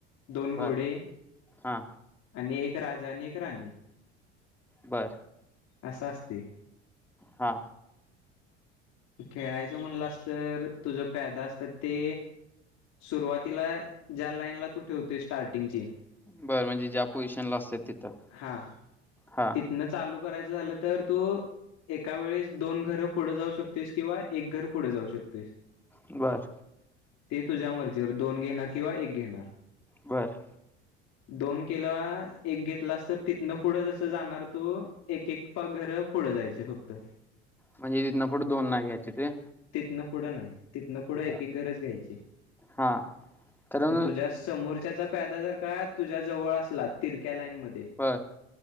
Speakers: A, on the left (about 55°); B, in the centre.
A: दोन
B: बर
A: घोडे
B: हा
A: आणि एक राजा आणि एक राणी
B: बर
A: असा असते
B: हा
A: खेळायचं म्हणलं अस तर तुझं प्यादा असतात ते सुरुवातीला ज्या लाईन ला तू ठेवतेय स्टार्टिंगची
B: बर म्हणजे ज्या पोझिशनला असत तिथं
A: हा
B: हा
A: तिथनं चालू करायचं झालं तर तू एका वेळेस दोन घरं पुढं जाऊ शकतोस किंवा एक घर पुढं जाऊ शकतोस
B: बर
A: ते तुझ्या मर्जीवर दोन घेणार किंवा एक घेणार.
B: बरं
A: दोन केला एक घेतला अस तर तिथनं पुढंच अस. जाणार तो एकक पा घर पुढं जायचे फक्त.
B: म्हणजे तथन फोट दोन नाही घ्यायचे ते.
A: तितना पुढं नाही. तिथनं पुढं एक
B: बर
A: एक गरज घ्यायची
B: हा कारण
A: तुझ्या समोरच्याचा. फायदा जर काय तुझ्या जवळ असला तिरक्या लाईन मध्ये.
B: बर